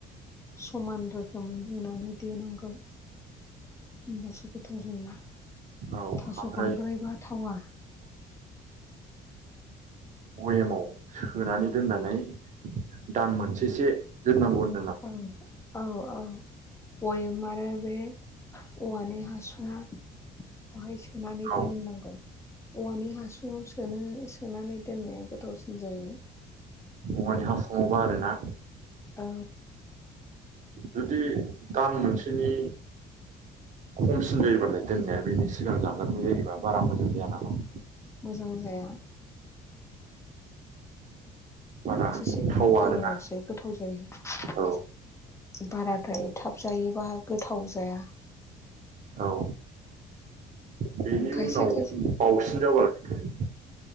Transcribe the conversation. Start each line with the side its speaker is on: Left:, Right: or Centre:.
Left: समान रोख खोमै होनानै देनांगौ होनोमबासो गोथाव जायो।
Right: औ
Left: थास'
Right: ओमफ्राय
Left: बांद्रायबा थावा।
Right: बयेमाव सोनानै दोननानै दान मोनसेसो दोननांगौ होन
Left: औ औ औ। गयेम आरो बे औवानि हासुआ। बाहाय सोनानै
Right: औ
Left: दोननांगौ। औवानि हासुंङाव सोनो सोनानै दोननाया गोथावसिन जायो।
Right: औवानि हासुंआवबा आरो ना।
Left: औ।
Right: जुदि दान मोनसेनि। खमसिन जायोबालाय दोननाया बेनि सिगां जागोरनाय जायोबा बारा मोजां जाया नामा?
Left: मोजां जाया
Right: बारा
Left: मोनसेसो
Right: थावा
Left: दोनथारो
Right: आरोना
Left: बासो गोथाव ज जायो
Right: औ
Left: बाराद्राय थाब जायोबा गोथाव जाया।
Right: औ बेनि
Left: खायसेख
Right: उनाव बावसिन जाबाला